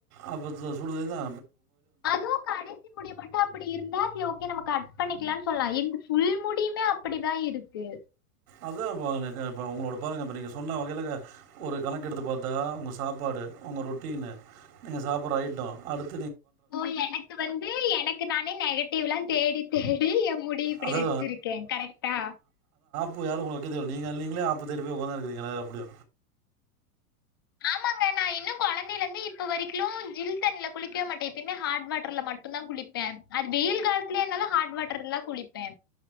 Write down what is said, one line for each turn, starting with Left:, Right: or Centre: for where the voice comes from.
Right: அப்ப சோ சுடுதண்ணி தா
Left: அதுவு கடைசி முடி மட்டு அப்டி இருந்தா ஓகே ஓகே நம்ம கட் பண்ணிக்கலானு சொல்லா இந்த ஃபுல் முடியுமே அப்பிடி தா இருக்கு
Right: அதா இப்போ எனக்கே இப்போ உங்களோட பாருங்க இப்போ நீங்க சொன்ன வகைலக ஒரு கணக்கெடுத்து பாத்தா உங்க சாப்பாடு உங்க ரொட்டீனு நீங்க சாப்பட்ற ஐட்டோ அடுத்
Left: ஓ எனக்கு வந்து எனக்கு நானே நெகட்டீவ்லா தேடி தேடி எ முடிய இப்டி
Right: அதான்
Left: வெச்சிருக்கே கரெக்ட்டா
Right: பு யாரு உங்கள வெக்க தேவல்ல நீங்க நீங்களே ஆப்ப தேடி போய் ஒக்காந்துருக்கறீங்களே அப்டியு
Left: ஆமாங்க நா இன்னு கொழந்தைலர்ந்து இப்ப வரை க்ளு ஜில் தண்ல குளிக்கவே மாட்டே எப்பயுமே ஹாட் வாட்டர்ல மட்டுந்தா குளிப்பே அது வெயில் கால்த்துலயா இர்ந்தாலு ஹாட் வாட்டர்லா குளிப்பே